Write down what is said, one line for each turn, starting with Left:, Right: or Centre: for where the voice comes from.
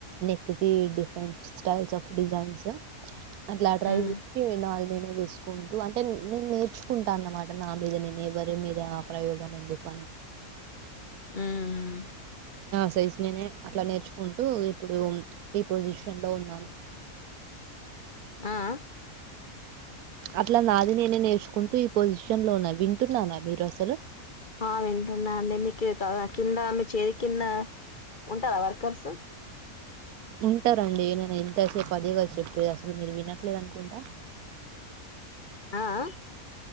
Right: నెక్ కి డిఫరెంట్ స్టైల్స్ ఆఫ్ డిజైన్స్ అట్లా ట్రై
Left: మ్మ్
Right: నే నాది నేనే వేసుకుంటూ అంటే నేను నేర్చుకుంటాను అన్నమాట నా మీద నేను ఎవరి మీద ప్రయోగం ఎందుకు అని
Left: ఉమ్
Right: సైజ్ నేనే అట్లా నేర్చుకుంటూ ఇప్పుడు ఈ పొజిషన్ లో ఉన్నాను.
Left: ఆ, ఆ
Right: అట్లా నాది నేనే నేర్చుకుంటూ ఈ పొజిషన్ లో ఉన్న వింటున్నారా మీరు అసలు.
Left: ఆ వింటున్నా అండి మీకు కింద మీ చేతి కింద ఉంటారా వర్కర్స్.
Right: ఉంటారండి. నేను ఇంతసేపు అదేగాద చెప్పేది అసలు మీరు వినట్లేదు అనుకుంటా.
Left: ఆ, ఆ